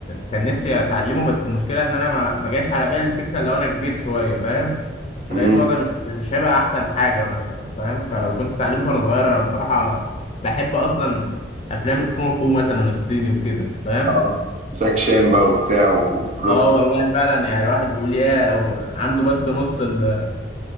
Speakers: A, on the left (about 35°); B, on the right (about 40°).
A: كان نفسي اتعلمه بس المشكله ان انا ما ما جاش على بالي الفكره لو انا كبير شويه فاهم فلقيت
B: أمم،
A: الوضع مش مش هيبقى احسن حاجه مثلا فاهم فلو كنت اتعلمته وانا صغير انا بصراحه بحب اصلا افلام الكونغ فو مثلا الصيني وكده أنت فاهم
B: اه جاك شان بقى وبتاع وبروسلي
A: اه والله فعلا يعني الواحد بيقول يا لو عنده بس نص ال...